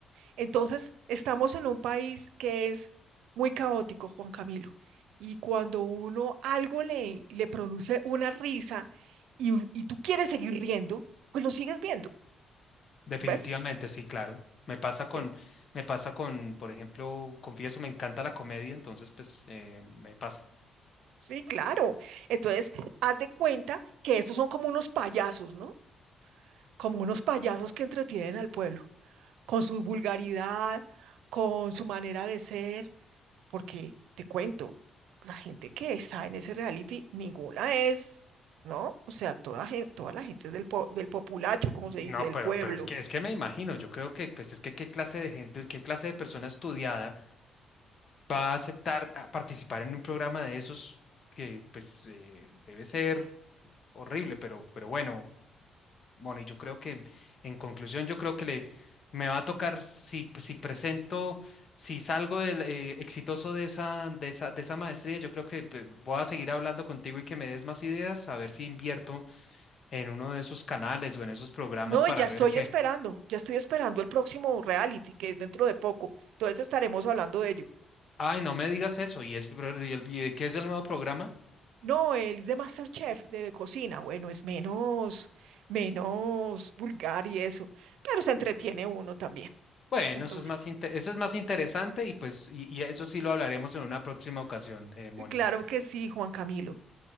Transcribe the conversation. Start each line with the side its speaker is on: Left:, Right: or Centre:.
Right: Entonces, estamos en un país que es muy caótico, Juan Camilo, y cuando uno algo le, le produce una risa y, u- y tú quieres seguir riendo, pues lo sigues viendo,
Left: definitivamente
Right: ¿ves?
Left: sí, claro. Me pasa con,
Right: Eh,
Left: me pasa con, por ejemplo, confieso, me encanta la comedia, entonces pues eh, me pasa.
Right: sí, claro. Entonces, haz de cuenta que esos son como unos payasos, ¿no? Como unos payasos que entretienen al pueblo, con su vulgaridad, con su manera de ser. porque te cuento, la gente que está en ese reality, ninguna es, ¿no? O sea, toda, gen- toda la gente es del, po- del populacho, como
Left: No,
Right: se dice, del
Left: pero,
Right: pueblo.
Left: pero es que, es que me imagino, yo creo que, pues es que qué clase de gente, qué clase de persona estudiada va a aceptar a participar en un programa de esos que, pues, eh, debe ser horrible, pero, pero bueno, Bueno, y yo creo que, en conclusión, yo creo que le me va a tocar si, si presento, si salgo del, eh, exitoso de esa, de esa, de esa maestría, yo creo que pe- voy a seguir hablando contigo y que me des más ideas, a ver si invierto en uno de esos canales o en esos programas
Right: No,
Left: para
Right: y ya
Left: ver
Right: estoy
Left: qué.
Right: esperando, ya estoy esperando el próximo reality, que es dentro de poco. Entonces estaremos hablando de ello.
Left: Ay, no me digas eso. ¿Y es pero, y el, y de qué es el nuevo programa?
Right: No, él es de MasterChef, de cocina. Bueno, es menos, menos vulgar y eso, pero se entretiene uno también.
Left: Bueno,
Right: Entonces,
Left: eso es más inte- eso es más interesante y pues y, y eso sí lo hablaremos en una próxima ocasión, eh, Mónica.
Right: claro que sí, Juan Camilo.